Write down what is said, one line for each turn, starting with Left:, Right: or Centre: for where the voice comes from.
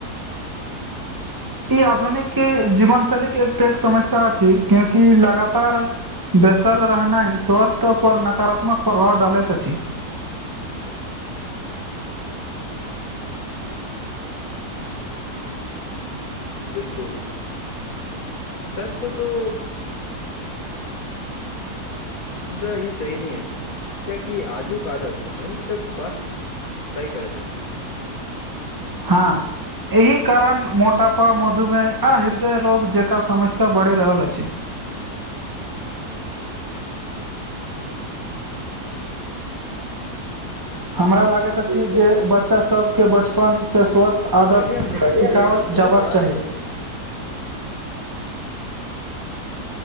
Right: ई आधुनिक जीवन शैलीके एक पै समस्या अछि छै कियाकि लगातार। बेसल रहनाइ स्वास्थ्य पर नकारात्मक प्रभाव डालैत अछि।
Left: बिल्कूल सच कहूं त। मुदा ई सही नै अछि। कियाकि आजुक आदत भविष्य्यक स्वास्थ्य तहि करैतस
Right: हँ। एहि कारण मोटापा मधुमेह आ हृदय रोग जकाँ समस्या बढ़ि रहल अछि। हमरा
Left: बिलकुल
Right: लागैत अछि। जे बच्चा सभके बचपन से स्वस्थ तऽ आदत
Left: काल्हि हम देखलहुँ
Right: सिखाओल
Left: जे बहुत
Right: जबाक
Left: रास
Right: चाही।
Left: लोक